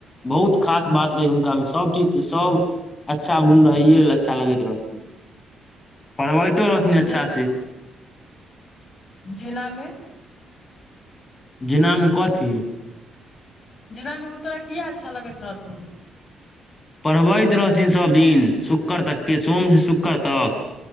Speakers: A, on the left; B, on the left.
A: बहुत खास बात रहै हुनका में सब चीज सब। अच्छा गुण रहै इहे लऽ अच्छा लगैत रहथिन पढ़बैतो रहथिन अच्छा
B: जे
A: से।
B: जेना में?
A: जेना में कथी?
B: जेना में ऊ तोरा किये अच्छा लगैत रहथुन
A: पढ़बैत रहथिन सब दिन शुक्कर तक के सोम से शु क्कर तक